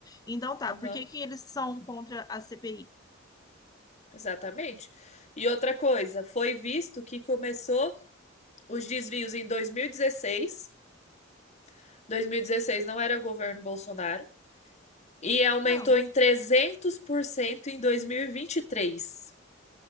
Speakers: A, on the left; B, on the left.
A: Então tá,
B: aham,
A: por que que eles são contra a CPI?
B: exatamente. E outra coisa, foi visto que começou os desvios em dois dois mil mil e dezesseis. dois mil e 2016 não era governo Bolsonaro. E aumentou
A: Não.
B: em 300% em 2023.